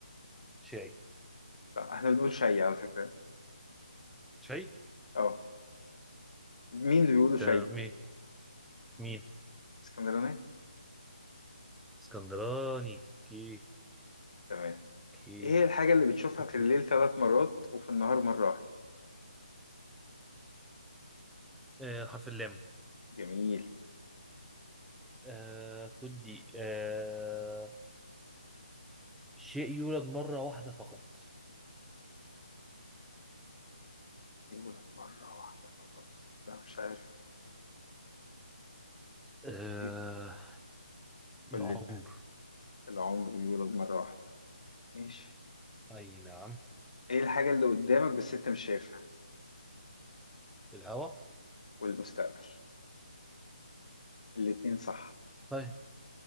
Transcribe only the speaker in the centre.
شاي
شاي
تمام مين مين
اسكندراني كي
كي
اوكي
آه حرف اللام
آه خد دي آه شيء يولد مرة واحدة فقط
آه
العمر
أي نعم
الهوا
لا.